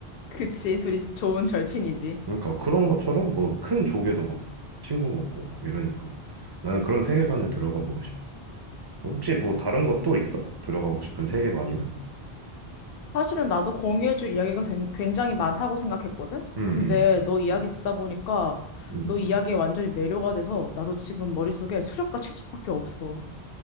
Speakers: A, on the left; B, on the right.
A: 그치, 둘이 좋은 절친이지.
B: 그러니까 그런 것처럼 뭐 큰 조개도 막 친구 먹고 막 이러니까 나는 그런 세계관에 들어가 보고 싶어. 혹시 뭐 다른 것도 있어? 들어가고 싶은 세계관이나?
A: 사실은 나도 공유해줄 이야기가 된- 굉장히 많다고 생각했거든?
B: 음,
A: 근데 너 이야기
B: 음,
A: 듣다 보니까
B: 음,
A: 너 이야기에 완전히 매료가 돼서 나도 지금 머릿속에 수렵과 채집밖에 없어.